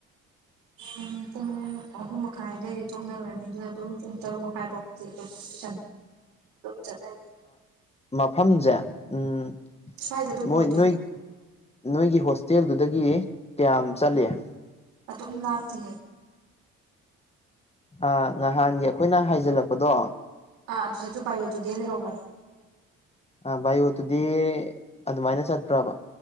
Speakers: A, on the right; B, on the left.
A: ꯍ ꯎꯝ ꯄꯨꯡ ꯑꯍꯨꯝ ꯃꯈꯥꯏꯗ ꯊꯣꯛꯅꯔꯅꯤ ꯑꯗꯨꯅ ꯑꯗꯨꯝ ꯄꯨꯡ ꯇꯔꯨꯛ ꯃꯈꯥꯏ ꯐꯥꯎꯗꯤꯤ ꯑꯗꯨꯝ ꯆ ꯇꯨꯝ ꯆ ꯀ
B: ꯃꯐꯝꯁꯦ ꯎꯝ
A: ꯁ꯭ꯋꯥꯏꯗ ꯑꯗꯨꯝ
B: ꯃꯣꯏ
A: ꯑꯣꯏꯗꯣꯏꯅꯦ
B: ꯅꯣꯏ ꯅꯣꯏꯒꯤ ꯍꯣꯁꯇꯦꯜꯗꯨꯗꯒꯤ ꯀꯌꯥꯝ ꯆꯠꯂꯤꯦ
A: ꯑꯗꯨꯝ ꯂꯥꯞꯇꯦ
B: ꯑ ꯅꯍꯥꯟꯒꯤ ꯑꯩꯈꯣꯏꯅ ꯍꯥꯏꯖꯤꯜꯂꯛꯄꯗꯣ
A: ꯑꯥ ꯑꯗꯨꯗꯁꯨ ꯄꯥꯏꯌ ꯑꯗꯨꯗꯦ ꯂꯩꯦꯧꯒꯅꯤ
B: ꯑ ꯚꯣꯠꯇꯨꯗꯤ ꯑꯗꯨꯃꯥꯏꯅ ꯆꯠꯄ꯭ꯔꯕ